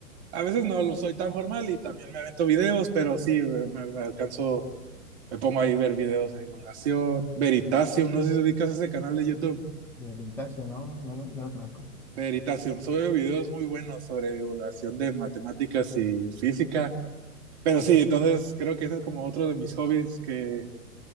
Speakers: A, on the right (about 45°); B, in the centre.
A: A veces no lo soy tan formal y también me avento videos, pero sí, me, me- me alcanzo, me pongo ahí a ver videos de divulgación. Veritasium, no sé si ubicas ese canal de YouTube.
B: de Vintasio, ¿no? No, no, no lo conozco.
A: Veritasium, sube videos muy buenos sobre divulgación de matemáticas y física. Pero sí, entonces creo que ese es como otro de mis hobbies que